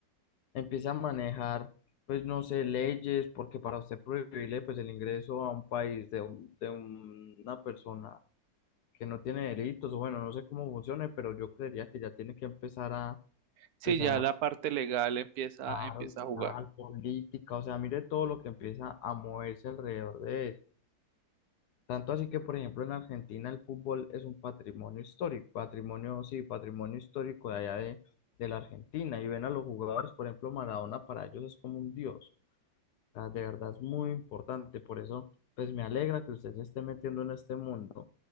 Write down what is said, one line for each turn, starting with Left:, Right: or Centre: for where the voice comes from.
Left: empiece a manejar, pues no sé, leyes, porque para usted prohibirle pues el ingreso a un país de, un- de un- una persona que no tiene delitos, o bueno, no sé cómo funcione, pero yo creería que ya tiene que empezar a,
Right: sí,
Left: pues
Right: ya
Left: a,
Right: la parte legal empieza,
Left: a
Right: empieza a jugar.
Left: dar política, o sea, mire todo lo que empieza a moverse alrededor de eso. Tanto así que, por ejemplo, en Argentina el fútbol es un patrimonio histórico, patrimonio, sí, patrimonio histórico de allá de, de la Argentina. Y ven a los jugadores, por ejemplo, Maradona para ellos es como un dios. O sea, de verdad es muy importante. Por eso, pues me alegra que usted se esté metiendo en este mundo.